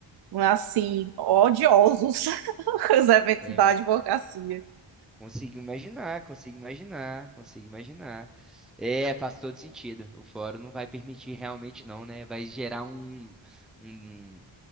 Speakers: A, on the right; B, in the centre.
A: assim, odiosos <laughs> os eventos
B: É,
A: da advocacia.
B: Consigo imaginar, consigo imaginar, consigo imaginar. É, faz todo sentido. O fórum não vai permitir realmente não, né? Vai gerar um, um,